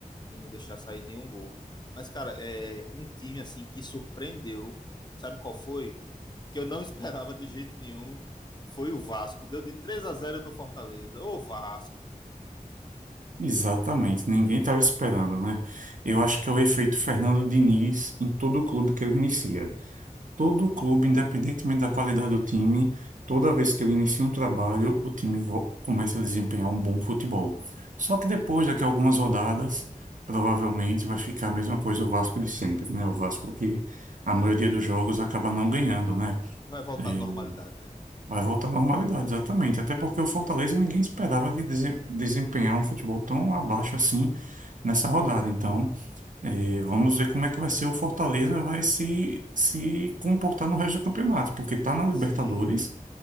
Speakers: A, on the left; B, on the right.
A: e não deixar sair nenhum gol. Mas, cara, é um time assim que surpreendeu. Sabe qual foi? Que eu não <laughs> esperava de jeito nenhum. Foi o Vasco. Deu de 3 a zero no Fortaleza. Ô, Vasco.
B: Exatamente, ninguém estava esperando, né? Eu acho que é o efeito Fernando Diniz em todo o clube que ele inicia. Todo clube, independentemente da qualidade do time, toda vez que ele inicia um trabalho, o time vo- começa a desempenhar um bom futebol. Só que depois, daqui a algumas rodadas, provavelmente vai ficar a mesma coisa o Vasco de sempre, né? O Vasco que a maioria dos jogos acaba não ganhando, né?
A: Vai voltar
B: E
A: à normalidade, né?
B: vai voltar à normalidade, exatamente. Até porque o Fortaleza ninguém esperava que ia dese- desempenhar um futebol tão abaixo assim nessa rodada. Então. E vamos ver como é que vai ser o Fortaleza vai se, se comportar no resto do campeonato, porque está na Libertadores
A: Sim,